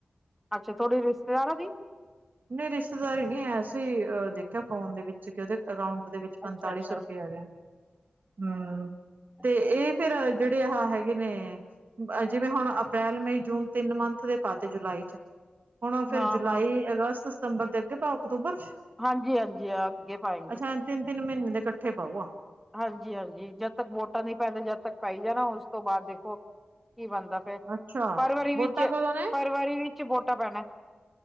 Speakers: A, in the centre; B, on the right.
A: ਅੱਛਾ ਤੁਹਾਡੀ ਰਿਸ਼ਤੇਦਾਰਾਂ ਦੀ।
B: ਨਹੀਂ ਰਿਸ਼ਤੇਦਾਰੀ ਨਹੀਂ ਹੈ ਅਸੀਂ ਦੇਖਿਆ ਫੋਨ ਦੇ ਵਿੱਚ ਕਿ ਉਹਦੇ ਅਕਾਊਂਟ ਦੇ ਵਿੱਚ ਪੰਤਾਲੀ
A: ਅੱਛਾ ਅੱਛਾ
B: ਸੌ ਰੁਪਇਆ ਗਿਆ ਹਮ
A: ਅੱਛਾ
B: ਤੇ ਇਹ ਫਿਰ ਜਿਹੜੇ ਆਹ ਹੈਗੇ ਨੇ ਜਿਵੇਂ ਹੁਣ ਅਪ੍ਰੈਲ ਮਈ ਜੂਨ ਤਿੰਨ ਮੰਥ ਦੇ ਪਾਤੇ ਜੁਲਾਈ ਚ ਹੁਣ ਫੇਰ
A: ਹਾਂ
B: ਜੁਲਾਈ
A: ਹਾਂ
B: ਅਗਸਤ, ਸਤੰਬਰ ਦੇ ਅੱਗੇ ਪਾਓ ਅਕਤੂਬਰ ਚ
A: ਹਾਂਜੀ ਹਾਂਜੀ ਆ ਅੱਗੇ ਪਾਏਗੇ
B: ਅੱਛਾ ਤਿੰਨ ਤਿੰਨ ਮਹੀਨੇ ਦੇ ਇਕੱਠੇ ਪਾਊ ਆ
A: ਹਾਂਜੀ ਹਾਂਜੀ ਜਦ ਤੱਕ ਵੋਟਾਂ ਨਹੀਂ ਪੈਂਦੇ ਜਦ ਤੱਕ ਪਾਈ ਜਾਣਾ ਉਸ ਤੋਂ ਬਾਅਦ ਦੇਖੋ ਕੀ ਬਣਦਾ, ਫ
B: ਅੱਛਾ
A: ਫਰਵਰੀ ਵਿੱਚ
B: ਵੋਟਾਂ ਕਦੋਂ ਨੇ
A: ਫਰਵਰੀ ਵਿੱਚ ਵੋਟਾਂ ਪੈਣਾ